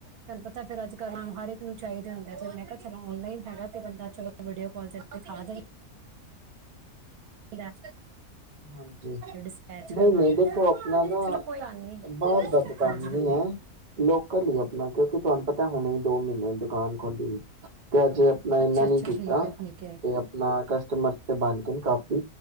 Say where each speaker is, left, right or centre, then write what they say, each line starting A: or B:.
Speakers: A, on the right; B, on the right.
A: ਤੁਹਾਨੂੰ ਪਤਾ ਫੇਰ ਅੱਜ ਕੱਲ ਹਰ ਇੱਕ ਨੂੰ ਚਾਹੀਦਾ ਹੁੰ ਤੇ ਮੈਂ ਕਿਹਾ -ਚਲੋ ਔਨਲਾਈਨ ਹੈਗਾ ਤੇ ਬੰਦਾ ਵਾਡੀਓ <unintelligible> ਕ ਦਿਖਾ। <unintelligible>
B: ਹਾਂਜੀ।
A: ਡਿਸਪੈਚ
B: ਨਹੀਂ
A: ਕਰਵਾ
B: -ਨਹੀਂ
A: ਦਿੰਦਾ
B: ਦੇਖੋ ਆਪਣਾ ਨਾ,
A: ਚਲੋ ਕੋਈ ਗੱਲ ਨੀ
B: ਬਾਹਰ ਦਾ ਤਾਂ ਕੰਮ
A: ਹਾਂਜੀ
B: ਨਹੀ
A: ਹਾਂਜੀ
B: ਹੈ ਲੋਕਲ ਹੀ ਆਪਣਾ ਕਿਉਂਕਿ ਤੁਹਾਨੂੰ ਪਤਾ ਹੁਣੇ ਹੀ ਦੋ ਮਹੀਨੇ ਦੁਕਾਨ ਖੋਲੀ ਤੇ ਅਜੇ ਆਪਣਾ
A: ਅੱਛਾ
B: ਇਨਾ ਨੀ
A: ਅੱਛਾ
B: ਕੀਤਾ,
A: ਠੀਕ ਹੈ ਠੀਕ ਹੈ
B: ਤੇ ਆਪਣਾ ਕਸਟਮਰ ਤੇ ਬ ਕਾਪੀ,